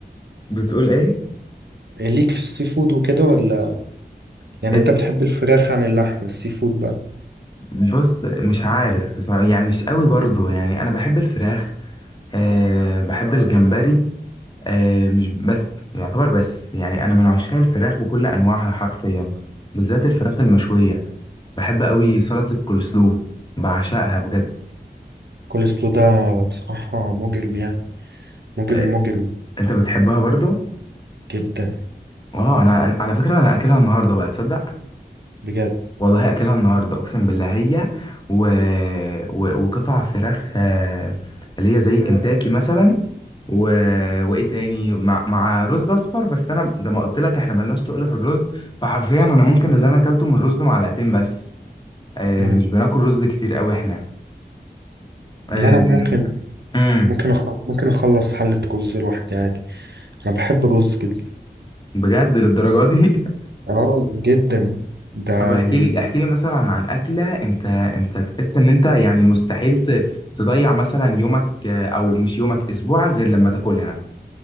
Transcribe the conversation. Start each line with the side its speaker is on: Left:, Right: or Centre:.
Left: بتقول ايه؟
Right: ليك في السي فود وكده ولا يعني
Left: آه،
Right: انت بتحب الفراخ عن اللحم السي فود بقى
Left: بص مش عارف بصراحة يعني مش قوي برضو يعني انا بحب الفراخ آه، بحب الجمبري آه، مش بس يعتبر بس يعني انا من عشاق الفراخ بكل انواعها حرفيا بالذات الفراخ المشوية بحب قوي سلطة الكولسلو بعشقها بجد
Right: كل سلو ده بصراحة مجرم يعني مجرم
Left: آه،
Right: مجرم
Left: انت بتحبها برضو؟
Right: جدا
Left: اه انا أنا- على فكره انا اكلها النهارده بقى تصدق
Right: بجد
Left: والله اكلها النهارده اقسم بالله هي و... و... وقطع فراخ آه، اللي هي زي كنتاكي مثلا و... وايه تاني مع... مع رز اصفر بس انا زي ما قلت لك احنا ملناش تقل في الرز فحرفيا انا ممكن اللي انا اكلته من الرز معلقتين بس آه،
Right: مم.
Left: مش بناكل رز كتير قوي احنا آه،
Right: اللي أنا ممكن
Left: امم
Right: ممكن أخلص ممكن أخلص حلة رز لوحدي عادي أنا بحب الرز جدا
Left: بجد للدرجه دي
Right: آه جدا ده
Left: طب احكي
Right: من
Left: لي احكي لي مثلا عن اكله انت انت تحس ان انت يعني مستحيل ت- تضيع مثلا يومك آه، او مش يومك اسبوعك غير لما تاكلها